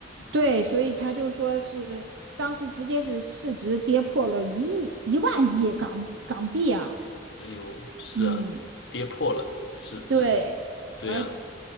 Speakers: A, on the right; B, on the left.
A: 对，所以他就说是当时直接是市值跌破了一亿一万亿港港币啊，
B: 哎呦，是啊，
A: 嗯，
B: 跌破了，是值得，
A: 对，
B: 对啊，
A: 而